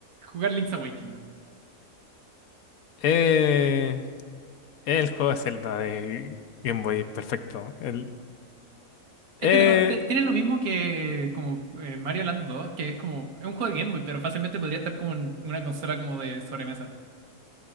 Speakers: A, on the right (about 85°); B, on the left (about 80°).
A: jugar Link's Awakening.
B: eh, el juego de Zelda de Game Boy, perfecto. El,
A: Es
B: eh,
A: que de nuevo, te- tiene lo mismo que como eh, Mario Land 2 que es como, es un juego de Game Boy, pero fácilmente podría estar como en una consola como de sobremesa.